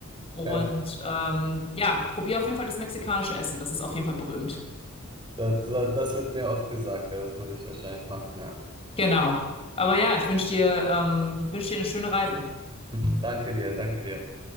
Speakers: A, on the left (about 30°); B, on the right (about 20°).
A: Und
B: ja.
A: ähm, ja, probier auf jeden Fall das mexikanische Essen. Das ist auf jeden Fall berühmt.
B: Das, das, das wird mir oft gesagt, ja, das muss ich wahrscheinlich machen, ja.
A: Genau. Aber ja, ich wünsche dir, ähm, wünsch dir eine schöne Reise.
B: <laughs> Danke dir, danke dir.